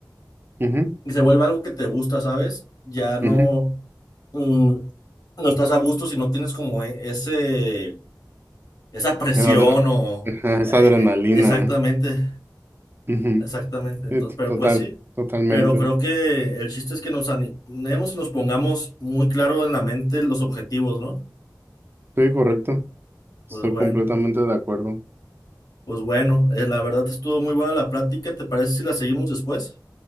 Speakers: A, on the right; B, on the left.
A: ujú,
B: y se vuelve algo que te gusta, ¿sabes? Ya no,
A: ujú.
B: mm, no estás a gusto si no tienes como e- ese esa presión
A: Es adre-
B: o
A: ajá, es
B: eh,
A: adrenalina,
B: eh, exactamente,
A: ¿no? Ujú.
B: exactamente. Entonces,
A: Sí, t-
B: pero
A: Total,
B: pues sí,
A: totalmente.
B: pero creo que el chiste es que nos animemos y nos pongamos muy claro en la mente los objetivos, ¿no?
A: Sí, correcto.
B: Pues
A: Estoy
B: bueno,
A: completamente de acuerdo.
B: pues bueno, eh, la verdad estuvo muy buena la plática. ¿Te parece si la seguimos después?